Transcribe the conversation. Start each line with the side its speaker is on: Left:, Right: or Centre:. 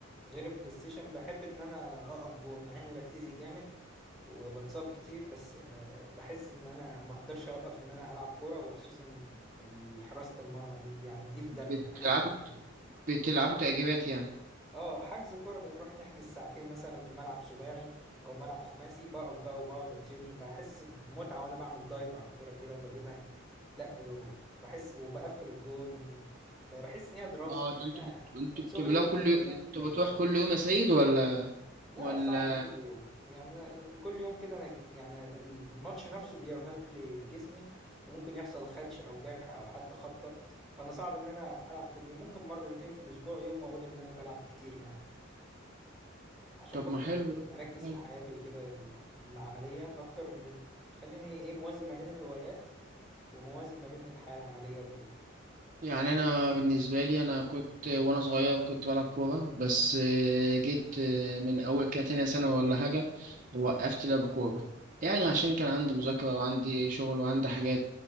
Centre: غير البلاي ستيشن بحب ان انا اقف جون مع اني بتأذي جامد وبتصاب كتير بس آه، بحس ان انا ما اقدرش اوقف ان انا العب كوره وخصوصا ال- حراسه المرمى دي دي يعني دي في دمي
Right: بتلعبوا
Centre: حاجه في دمي
Right: بتلعبوا تأجيلات يعني
Centre: اه حجز كوره بنروح نحجز ساعتين مثلا في ملعب سباعي او ملعب خماسي بقف بقى وبقعد اترمي بحس بمتعه وانا بعمل دايف على الكوره كده وبجيبها لا ب- بحس وبقفل الجون ب- بحس ان هي دراسه
Right: اه
Centre: كده
Right: ده انتوا
Centre: انا
Right: بت... انتوا
Centre: من صغري
Right: بتعملوها
Centre: وانا
Right: كل
Centre: دايما
Right: يوم
Centre: ب-
Right: انتوا بتروح
Centre: بحب
Right: كل يوم يا سيد ولا
Centre: لا
Right: ولا
Centre: صعب كل يوم يعني أنا كل يوم كده انا ج- يعني الماتش نفسه بيرهق لي جسمي وممكن يحصل خدش او جرح او حتى خبطه فانا صعب ان انا العب كل يوم ممكن مرتين في الاسبوع يوم ما اقول ان انا بلعب كتير يعني عشان
Right: طب
Centre: برضو
Right: ما حلو ده
Centre: اركز
Right: حلو
Centre: في حياتي وكده العمليه اكتر من خليني ايه موازن ما بين الهوايات وموازن ما بين الحياه العمليه وكده
Right: يعني انا بالنسبه لي انا كنت وانا صغير كنت بلعب كوره بس آه، جيت آه، من اول كده تانية سنه ولا حاجه وقفت لعب كوره يعني عشان كان عندي مذاكره وعندي شغل وعندي حاجات